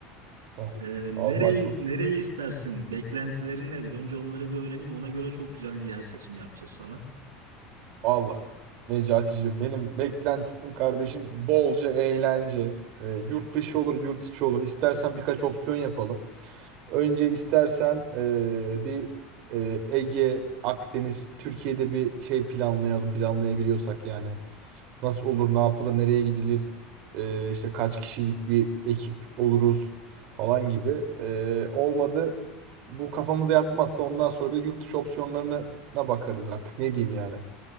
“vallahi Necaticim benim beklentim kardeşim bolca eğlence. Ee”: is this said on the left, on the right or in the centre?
Right